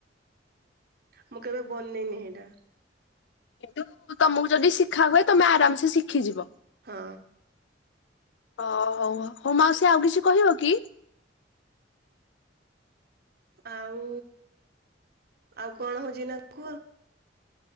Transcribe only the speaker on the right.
ମୁଁ କେବେ ବନେଇନି ହେଇଟା।
ହଁ।
ଆଉ ଆଉ କଣ ହଉଚି ନା କୁହ?